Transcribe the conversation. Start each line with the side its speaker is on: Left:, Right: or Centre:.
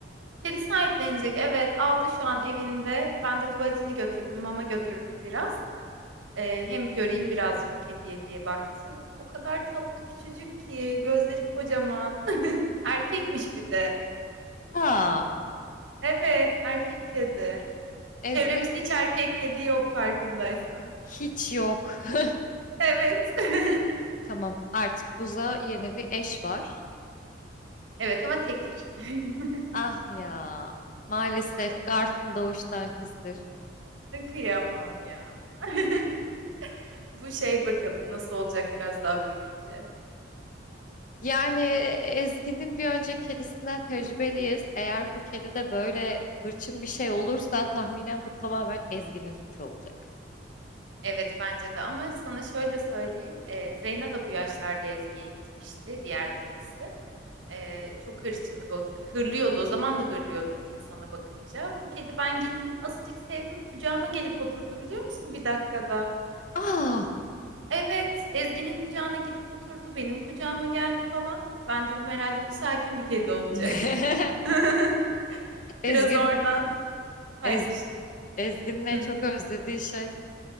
Right: Kedi sahiplenecek. Evet, aldı şu an evinde. Ben de tuvaletini götürdüm, mama götürdüm biraz. Ee, hem göreyim birazcık kediye diye baktım. O kadar tatlı küçücük ki, gözleri kocaman. <laughs> Erkekmiş bir de.
Left: Aa,
Right: Evet, erkek kedi.
Left: Ezgi'de
Right: Çevremizde hiç erkek kedi yok farkındaysan.
Left: hiç yok. <laughs>
Right: Evet. <laughs>
Left: Tamam, artık Buz'a yeni bir eş var.
Right: Evet ama tekir. <laughs>
Left: Ah ya, maalesef
Right: Ee,
Left: Garf'ım doğuştan kısır.
Right: kıyamam ya. <laughs> Bu şey bakalım nasıl olacak biraz daha büyüyünce.
Left: Yani e, Ezgi'nin bir önceki kedisinden tecrübeliyiz. Eğer bu kedi de böyle hırçın bir şey olursa tahminen bu tamamen Ezgi'nin suçu olacak.
Right: Evet, bence de ama sana şöyle söyleyeyim, eee, Zeyna da bu yaşlarda Ezgi'ye gitmişti, diğer kedisi. Eee, çok hırçındı, bu- hırlıyordu, o zaman da hırlıyordu bir insana bakınca. Bu kedi ben gittim, azıcık sevdim, kucağıma gelip oturdu biliyor musun bir dakikada.
Left: Aa!
Right: Evet, Ezgi'nin kucağına gidip oturdu, benim kucağıma geldi falan. Ben dedim herhalde bu sakin bir kedi olacak.
Left: <laughs>
Right: <laughs> Biraz
Left: Ezgi'nin
Right: oradan pay
Left: Ez-
Right: biçtim.
Left: Ezgi'nin en
Right: Hı.
Left: çok özlediği şey